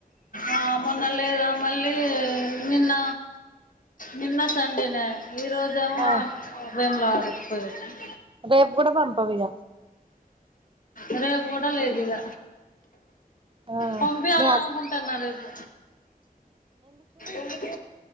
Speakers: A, on the left; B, on the right.
A: ఆ మొన్న లేదా మళ్ళీ నిన్న నిన్న సండేనే ఈ రోజేమో
B: ఆ
A: వేమ్లాడు <unintelligible>
B: రేపు కూడా పంపవ ఇద
A: అరే ఒో చండలేదు ఇక
B: ఆ
A: పంపించాల
B: మీ
A: అనుకుంటున్నేపు ఎందుకు